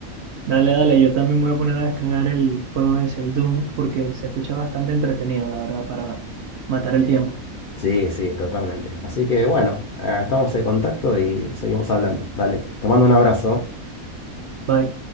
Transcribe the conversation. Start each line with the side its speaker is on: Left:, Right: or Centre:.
Right: Dale, dale, yo también me voy a poner a descargar el juego ese, el Doom, porque se escucha bastante entretenido, la verdad, para matar el tiempo.
Left: Sí, sí, totalmente. Así que bueno, eh, estamos en contacto y seguimos hablando. Dale, te mando un abrazo.
Right: Bye.